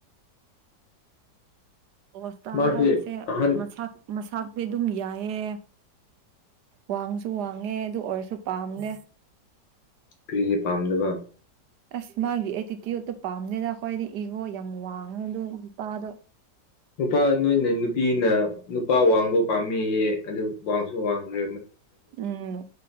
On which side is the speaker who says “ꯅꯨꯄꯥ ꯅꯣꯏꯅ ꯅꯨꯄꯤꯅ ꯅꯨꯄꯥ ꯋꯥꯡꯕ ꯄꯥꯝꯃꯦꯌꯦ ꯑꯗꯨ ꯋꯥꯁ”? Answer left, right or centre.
Left